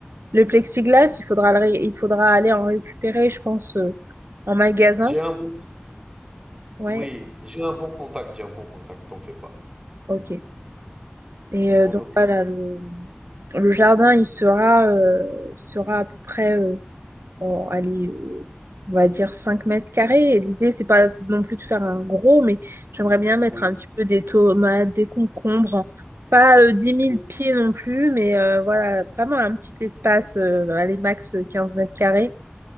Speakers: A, on the right; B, on the right.
A: le plexiglas, il faudra, le ré- il faudra aller en récupérer, je pense, euh, en magasin.
B: J'ai un bon
A: Ouais,
B: oui, j'ai un bon contact, j'ai un bon contact, t'en fais pas.
A: ok. Et
B: Je
A: euh,
B: m'en
A: donc
B: occupe,
A: voilà, le, le jardin, il sera, euh, il sera à peu près. euh, en allez, euh, on va dire 5 mètres carrés. Et l'idée, c'est pas non plus de faire un gros, mais j'aimerais bien mettre
B: oui,
A: un petit peu des tomates, des concombres. hein. Pas euh, 10 000
B: oui.
A: pieds non plus, mais euh, voilà, vraiment un petit espace, euh, allez, max euh, 15 mètres carrés.